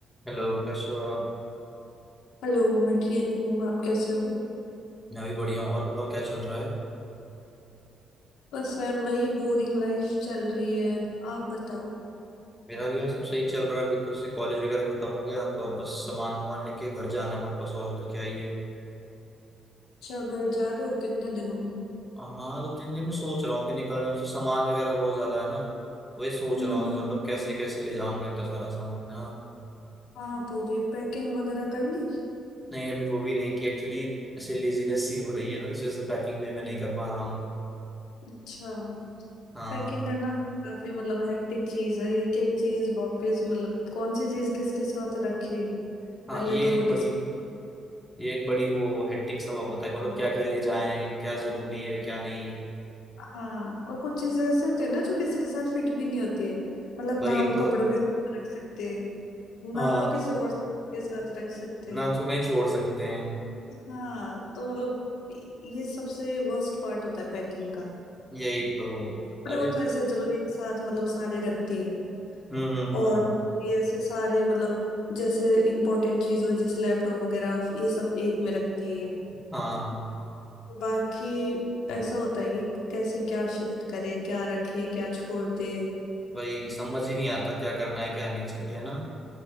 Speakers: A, in the centre; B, on the left.
A: Hello कैसे हो आप
B: Hello मैं ठीक हूँ आप कैसे हो
A: मैं भी बढ़िया हूँ और बताओ क्या चल रहा है
B: बस यार वही बोरिंग लाइफ चल रही है आप बताओ
A: मेरा भी यहाँ सब सही चल रहा है अभी तो जैसे कॉलेज वगैरह खत्म हो गया तो अब बस सामान वामान लेके घर जाना है वापस और तो क्या ही है
B: अच्छा घर जा रहे हो कितने दिनों में
A: हाँ दो तीन दिन में सोच रहा हूँ कि निकलना है। जैसे सामान वगैरह बहुत ज्यादा है ना वही सोच
B: हम्म
A: रहा हूँ
B: हम्म।
A: कि मतलब कैसे कैसे ले जाऊंगा इतना सारा सामान हाँ
B: हाँ पूरी पैकिंग वगैरह कर ली
A: नहीं अभी वो भी नहीं कि एक्चुअली ऐसे लेजीनेस सी हो रही है ना तो जैसे पैकिंग भी मैं नहीं कर पा रहा हूँ
B: अच्छा
A: हाँ
B: पैकिंग करना काफी मतलब हेक्टिक चीज है एक एक चीज वापस मतलब कौन सी चीज किसके साथ रखे
A: हाँ
B: पहले
A: ये
B: तो वो
A: एक बड़ी
B: डिस
A: ये एक बड़ी वो हेक्टिक सबक होता है कि मतलब
B: हाँ
A: क्या क्या ले जाएं क्या जरूरी है क्या नहीं
B: हाँ और कुछ चीजें ऐसी होती है ना जो किसी के साथ फिट भी नहीं होती है मतलब
A: वही
B: ना वो
A: तो
B: कपड़ों के साथ रख सकते ना
A: हाँ
B: वो किसी और के साथ रख सकते हैं
A: ना उसको कहीं छोड़ सकते हैं
B: हाँ तो मतलब ये सबसे वर्स्ट पार्ट होता है पैकिंग का
A: यही तो
B: कपड़े
A: अरे
B: और तो ऐसे चलो एक साथ मतलब सारे रख दिए
A: हम्म हम्म हम्म
B: और ये ऐसे सारे मतलब जैसे इम्पोर्टेंट चीज हो जैसे लैपटॉप वगैरह ये सब एक में रख दिए
A: हाँ
B: बाकी ऐसा होता है कि कैसे क्या शिफ्ट करे क्या रखे क्या छोड़ दे
A: वही समझ ही नहीं आता क्या करना है क्या नहीं चाहिए है ना